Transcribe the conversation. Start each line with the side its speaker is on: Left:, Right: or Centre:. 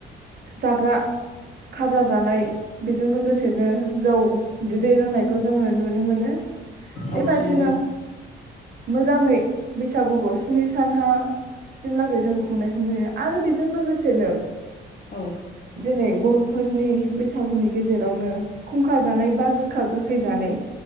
Right: जाग्रा खाजा जानाय बेजों लोगोसे सेनो जौ बिदै लोंनायखौ जोङो नुनो मोनो ।
Left: औ
Right: बेबायदिनो
Left: नंगौ
Right: मोजाङै बैसागुखौ स्नि सानहाासिमलागै जों खुंनायखौ नुयो आरो बेजों लोगोसेनो
Left: औ।
Right: बरफोरनि बैसागुनि गेजेर नो खुंखा जानाय बा गोखा गोखै जानाय